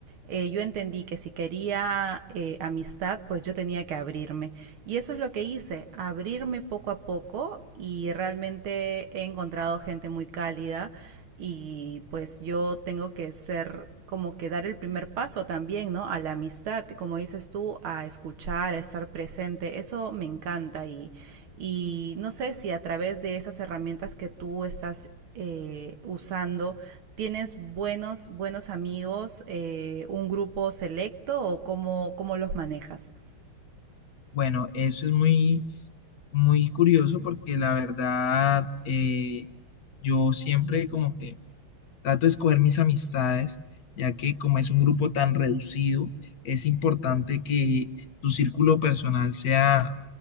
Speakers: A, on the right; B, on the left.
A: eh, yo entendí que si quería eh, amistad, pues yo tenía que abrirme. Y eso es lo que hice, abrirme poco a poco y realmente he encontrado gente muy cálida y pues yo tengo que ser como que dar el primer paso también, ¿no? A la amistad, como dices tú, a escuchar, a estar presente, eso me encanta y, y no sé si a través de esas herramientas que tú estás eh, usando ¿Tienes buenos, buenos amigos, eh, un grupo selecto o cómo, cómo los manejas?
B: Bueno, eso es muy, muy curioso porque la verdad, eh, yo siempre como que Trato de escoger mis amistades, ya que como es un grupo tan reducido, es importante que tu círculo personal sea